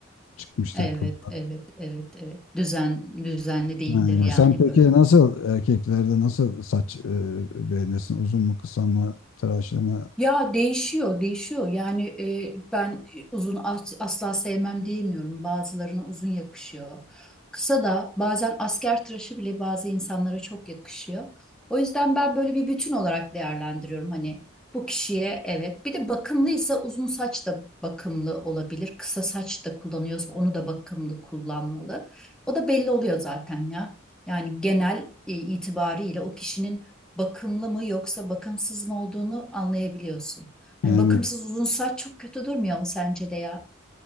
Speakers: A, on the left; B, in the centre.
A: çıkmıştır
B: Evet,
A: kıllar.
B: evet, evet, evet. Düzen, düzenli değildir
A: Ha, ya
B: yani
A: sen peki
B: böyle.
A: nasıl erkeklerde nasıl saç e, beğenirsin? Uzun mu kısa mı tıraşlı mı?
B: Ya değişiyor, değişiyor. Yani e, ben uzun as- asla sevmem diyemiyorum. Bazılarına uzun yakışıyor. Kısa da bazen asker tıraşı bile bazı insanlara çok yakışıyor. O yüzden ben böyle bir bütün olarak değerlendiriyorum. Hani bu kişiye evet. Bir de bakımlıysa uzun saç da bakımlı olabilir. Kısa saç da kullanıyorsa onu da bakımlı kullanmalı. O da belli oluyor zaten ya. Yani genel e, itibariyle o kişinin bakımlı mı yoksa bakımsız mı olduğunu anlayabiliyorsun. Hani
A: Yani
B: bakımsız uzun saç çok kötü durmuyor mu sence de ya?